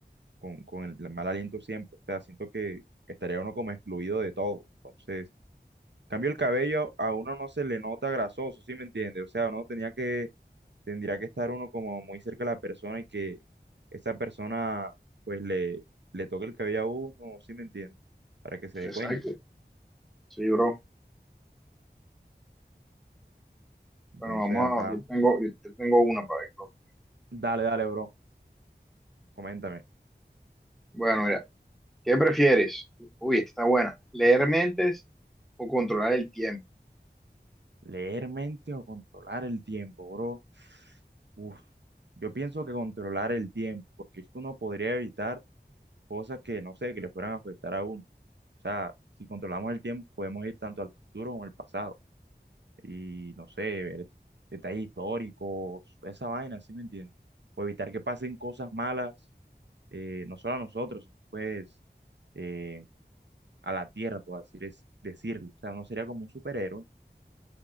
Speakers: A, on the right (about 80°); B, in the centre.
A: con, con el mal aliento siempre. O sea, siento que estaría uno como excluido de todo. Entonces, en cambio el cabello, a uno no se le nota grasoso, ¿sí me entiendes? O sea, uno tenía que tendría que estar uno como muy cerca de la persona y que esa persona pues le, le toque el cabello a uno, ¿sí me entiendes? Para que se dé
B: Exacto.
A: cuenta.
B: Sí, bro.
A: Entonces,
B: Bueno, vamos
A: ajá.
B: a, yo tengo, yo yo tengo una para ver. creo.
A: Dale, dale, bro. Coméntame.
B: Bueno, mira, ¿qué prefieres? Uy, esta está buena. ¿Leer mentes o controlar el tiempo?
A: ¿Leer mente o controlar el tiempo, bro? Uf, yo pienso que controlar el tiempo, porque es que uno podría evitar cosas que, no sé, que le fueran a afectar a uno. O sea, si controlamos el tiempo, podemos ir tanto al futuro como al pasado. y no sé, ver detalles históricos, toda esa vaina, ¿sí me entiendes? O evitar que pasen cosas malas, eh, no solo a nosotros, sino pues eh, a la tierra, por así dec- decirlo. O sea, no sería como un superhéroe.